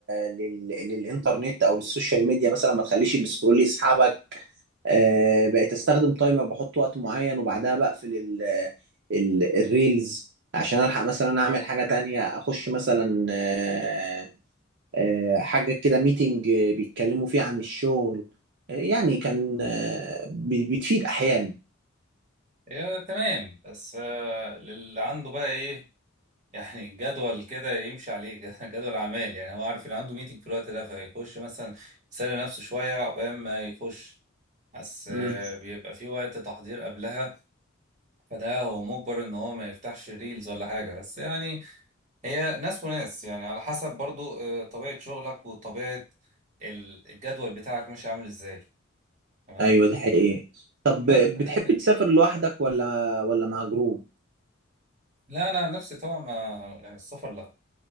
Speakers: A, on the right; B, on the right.
A: لل... للانترنت او للسوشيال ميديا مثلا ما تخليش السكرول يسحبك آه، بقيت استخدم تايمر بحط وقت معين وبعدها بقفل ال ال الريلز عشان الحق مثلا اعمل حاجة تانية اخش مثلا آه، آه، حاجة كده ميتنج بيتكلموا فيه عن الشغل آه، يعني كان آه، بي- بتفيد احيانا
B: يا تمام بس آه اللي عنده بقى ايه يعني الجدول كده يمشي عليه <laughs> جدول اعمال يعني هو عارف ان عنده ميتنج في الوقت ده فيخش مثلا يسلي نفسه شويه عقبال ما يخش بس
A: مم.
B: آه، بيبقى في وقت تحضير قبلها فده هو مجبر ان هو ما يفتحش ريلز ولا حاجه بس يعني هي ناس وناس يعني على حسب برضو آه، طبيعه شغلك وطبيعه ال- الجدول بتاعك ماشي عامل ازاي تمام
A: ايوه ده حقيقي طب
B: بس آه،
A: بتحب تسافر لوحدك ولا ولا مع جروب
B: لا انا عن نفسي طبعا ما يعني السفر لا